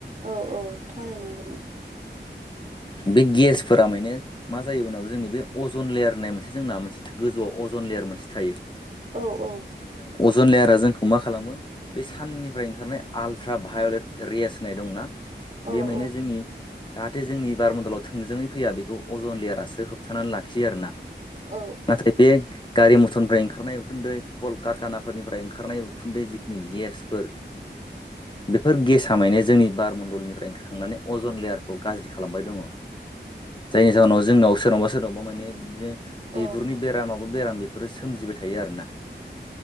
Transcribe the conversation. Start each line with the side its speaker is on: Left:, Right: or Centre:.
Right: औ औ थारै नंगौ नामा?
Left: बे गेसफोरा माने मा जायो उनाव जोंनि बे अजन लेयार होननाय मोनसे जोंना मोनसे गोजौआव अजन लेयार मोनसे थायो
Right: औ औ
Left: जन लेयारा जोंखौ मा खालामो बे साननिफ्राय ओंखारनाय आल्ट्रा भायलेट रेयास होननाय दंना
Right: औ
Left: बे माने
Right: औ
Left: जोंनि जाहाथे जोंनि बारमडलाव थोंजोङै फैया बेखौ अजन लेयारासो होबथानानै लाखियो आरो ना
Right: औ
Left: नाथाय बेग गारि मथरनिफ्राय ओंखारनाय उखुन्दै कल कारखानाफोरनिफ्राय ओंखारनाय उखुन्दै जिखिनि गेस फोर बेफोर गेसा माने जोंनि बारमण्डलनिफ्राय ओंखारनानै अजन लेयारखौ गाज्रि खालामबाय दङ। जायनि जाहोनाव जोंनाव सोरनावबा सोरनावबा माने बिदिनो बिगुरनि
Right: औ
Left: बेराम माबा बेराम फोर सोमजिबाय थायो आरो ना